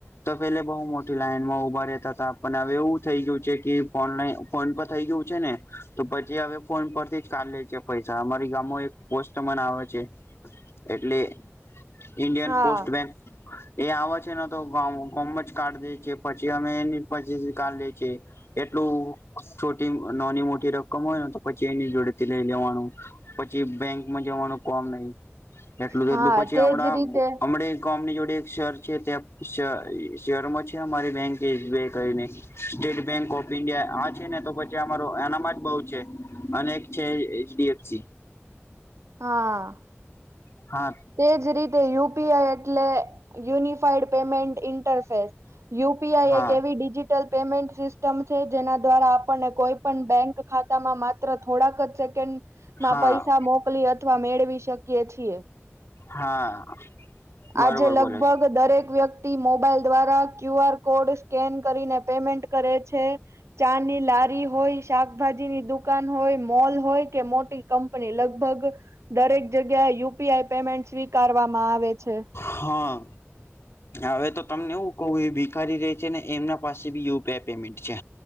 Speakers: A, on the left; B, on the right.
A: તો પેલે બહુ મોટી લાઈન માં ઉભા રહેતા હતા પણ હવે એવું થઈ ગયું છે, કે ઓનલાઈન ફોન પર થઈ ગયું છે ને તો પછી હવે ફોન પરથી જ કાઢ લે છે પૈસા અમારી ગામમાં એક પોસ્ટમેન આવે છે એટલે ઇન્ડિયન
B: હા
A: પોસ્ટ બેંક એ આવ છ ન તો ગોમ જ કાર્ડ દે છે પછી અમે એ પછી કાર્ડ લે છેએ એટલું છોટી નાની મોટી રકમ હોય ને તો પછી એની જોડે થી લઈ લેવાનું. પછી બેંકમાં જવાનું કોમ નહી એટલું દો
B: હા
A: એટલું પછી
B: તેજ
A: હમણાં
B: રીતે
A: હમણે ગોમ ની જોડે એક શેર છે ત્યાં શેરમાં છે અમારી બેંક એસ બીઆઈ કરીને. સ્ટેટ બેંક ઓફ ઈન્ડિયા આ છે ને તો પછી અમારો એનામાં જ બહું છે. અને છે એચડીએફસી.
B: હા.
A: હા.
B: તે જ રીતે યુપી આઈ એટલે યુનિફાઈડ પેમેન્ટ ઇન્ટરફેર. યુપીઆઈ
A: હા
B: એક એવી ડિજિટલ પેમેન્ટ સિસ્ટમ છે, જેના દ્વારા આપણને કોઈ પણ બેંક ખામાં માત્ર થોડાક જ સેકન્ડ
A: હા
B: માં પૈસા મોકલી અ ત્વ મેળવી શકીએ છીએ.
A: હા. બરોબર
B: આજે લગભગ
A: બોલે છે
B: દરેક વ્યક્તિ મોબાઈલ દ્વારા ક્યુ આર કોડ સ્કેન કરીને પેમેન્ટ કરે છે, ચા ની લારી હોય શાકભાજી ની દુકાન હોય મોલ હોય કે મોટી કંપની લગભગ દરેક જગ્યા યુપીઆઈ પેમેન્ટ સ્વીકારવામાં આવે છે.
A: હા. હવે તો તમને એવું કહુ એ ભિખારી રહી છે ને એમના પાસે બી યુપીઆઈ પેમેન્ટ છે.